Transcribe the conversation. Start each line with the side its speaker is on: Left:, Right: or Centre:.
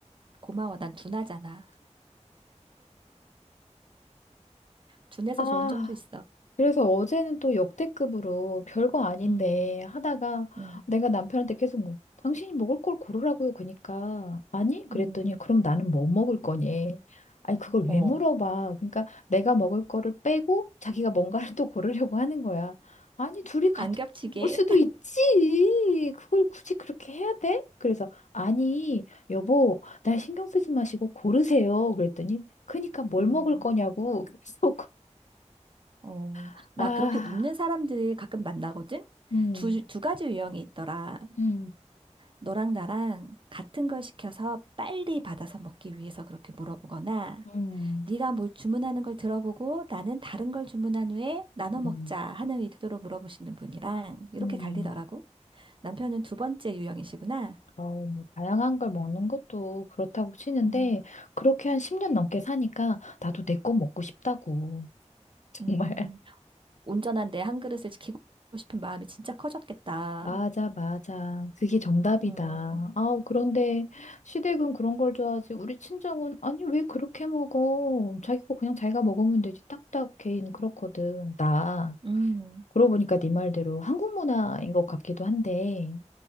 Right: 고마워, 난 둔하잖아. 둔해서
Left: 아,
Right: 좋은 점도 있어.
Left: 그래서 어제는 또 역대급으로 별거 아닌데
Right: 음,
Left: 하다가
Right: 음,
Left: 내가 남편한테 계속 물 당신이 먹을 걸 고르라고요. 그러니까 아니? 그랬더니
Right: 음,
Left: 그럼 나는 뭐 먹을 거니? 아니 그걸
Right: 어.
Left: 왜 물어봐? 그러니까 내가 먹을 거를 빼고 자기가 뭔가를 또 고르려고 하는 거야. 아니 둘이 같은
Right: 안 겹치게.
Left: 거 먹을 수도
Right: <laughs>
Left: 있지. 그걸 굳이 그렇게 해야 돼? 그래서 아니 여보 날 신경 쓰지 마시고 고르세요. 그랬더니 그러니까 뭘
Right: 음,
Left: 먹을 거냐고 계속
Right: 어.
Left: <laughs>
Right: 나
Left: 아.
Right: 그렇게 묻는 사람들을 가끔 만나거든?
Left: 음,
Right: 두, 두 가지 유형이 있더라.
Left: 음,
Right: 너랑 나랑 같은 걸 시켜서 빨리 받아서 먹기 위해서 그렇게 물어보거나,
Left: 음,
Right: 네가 뭘 주문하는 걸 들어보고 나는 다른 걸 주문한 후에 나눠
Left: 음,
Right: 먹자 하는 의도로 물어보시는 분이랑 이렇게
Left: 음.
Right: 갈리더라고. 남편은 두 번째 유형이시구나.
Left: 아우, 뭐, 다양한 걸 먹는 것도 그렇다고 치는데,
Right: 음,
Left: 그렇게 한 10년 넘게 사니까, 나도 내 거 먹고 싶다고. <laughs>
Right: 음,
Left: 정말.
Right: 온전한 내 한 그릇을 지키고 싶은 마음이 진짜 커졌겠다.
Left: 맞아, 맞아. 그게 정답이다.
Right: 음,
Left: 아우, 그런데, 시댁은 그런 걸 좋아하지. 우리 친정은, 아니, 왜 그렇게 먹어? 자기 거 그냥 자기가 먹으면 되지. 딱딱 개인 그렇거든. 나,
Right: 음,
Left: 그러고 보니까 네 말대로 한국 문화인 것 같기도 한데,